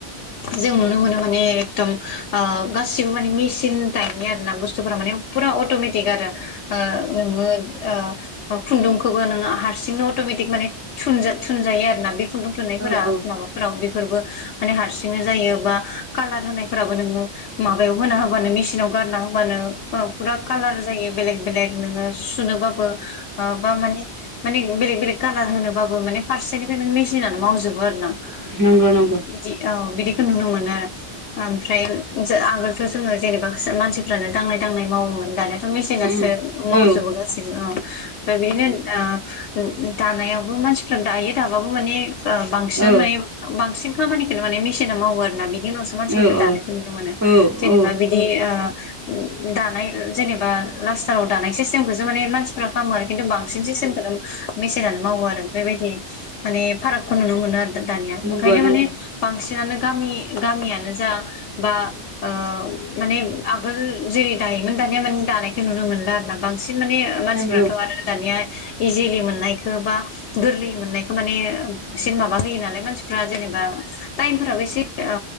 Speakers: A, on the left; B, on the right.
A: जों नुनो मोनो माने एकदम गासिबो माने मेसिन टाइपनि आरोना बुस बुस्थुफोरा माने फुरा अटमेटिक आरो नोङो ओ खुन्दुंखौबो नोङो हारसिंनो अटमेटिक माने थुनजो थुनजायो आरो ना बे खुन्दुं थुनायफोरा
B: औ
A: माबाफोराव बेफोरबो माने हारसिंनो जायो बा कालार होनायफोराबो नोङो माबायाव होना होबानो मेसिनाव गारना होबानो फुरा कालार जायो बेलेग बेलेग नोङो सुनोबाबो माबाबा माने माने बेलेग बेलेग कालार होनोबाबो माने फारसेनिफ्राय नों मेसिनानो मावजोबो
B: नंगौ
A: <unintelligible> बि
B: नंगौ
A: औ बिदिखौ नुनो मोनो आरो ओमफ्राय <unintelligible> सो जोङो जेनेबा मानसिफ्रानो दांनाय दांनाय मावोमोन दानो मेसिनासो
B: म
A: मावजोबो
B: औ
A: गासिबो ओ ओमफ्राय बिदिनो आ दानायावबो मानसिफ्रा दायो दाबाबो माने ओ बांसिन
B: औ
A: माने बांसिन खामानिखौनो माने मेसिना मावो आरो ना बिनि उनावसो मानसिफोरखौ
B: औ
A: दानायखौ नुनो मोनो
B: औ
A: जेनेबा
B: औ
A: बिदि आ दानाय जेनेबा लास्टाराव दानाय सिस्टेमखौसो माने मानसिफोरा खालामो आरोखि खिन्थु बांसिन सिस्तेमखौनो मेसिनानो मावो आरो बेबायदि माने फारागखौ नुनो मोनो आरो दानिया
B: नंगौ
A: ओंखायनो
B: नंगौ
A: माने बांसिनानो गामि गामियानो जा बा ओ माने आगोल जेरै दायोमोन दानिया माने दानायखौ नुनो मोनला आरोना बांसिन माने मानसिफ्राथ
B: नंगौ
A: आरो दानिया इजिलि मोननायखौ बा गोरलै मोननायखौ माने बांसिन माबा होयो नालाय मानसि फ्रा जेनेबा टाइमफोराबो एसे ओ